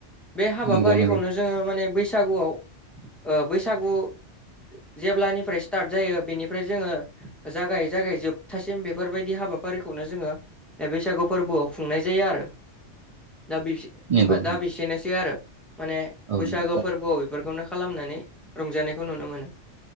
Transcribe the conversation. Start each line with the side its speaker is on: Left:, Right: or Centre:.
Centre: बे हाबाफारिखौनो
Right: नंगौ नंगौ
Centre: जोङो माने बैसागुआव ओ बैसागु जेब्लानिफ्राय स्टार्ट जायो बेनिफ्राय जोङो जागायै-जागायै जोबथासिम बेफोरबायदि हाबा फारिखौनो जोङो बे बैसागु फोरबोआव खुंनाय जायो आरो। दा बि
Right: नंगौ
Centre: दा बेसेनोसै आरो माने
Right: औ
Centre: बैसागो
Right: नंगौ
Centre: फोरबोआव बेफोरखौनो खालामनानै रंजानायखौ नुनो मोनो।